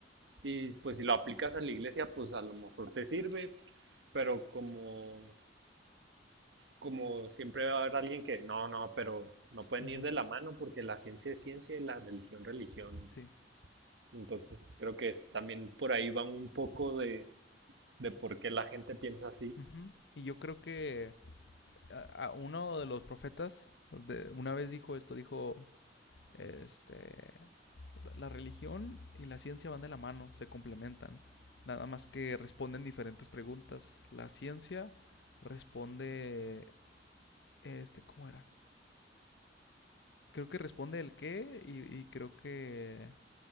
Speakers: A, on the right; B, on the left.
A: y pues si lo aplicas a la iglesia, pues a lo mejor te sirve, pero como como siempre va a haber alguien que no, no, pero no pueden
B: Ujú,
A: ir de la mano porque la ciencia es ciencia y la religión religión.
B: Sí.
A: Entonces creo que es- también por ahí va un poco de, de por qué la gente piensa así.
B: Ujú. Y yo creo que a- a uno de los profetas de- una vez dijo esto, dijo, este, o sea, la religión y la ciencia van de la mano, se complementan, nada más que responden diferentes preguntas. La ciencia responde, este, ¿cómo era? Creo que responde el qué y, y creo que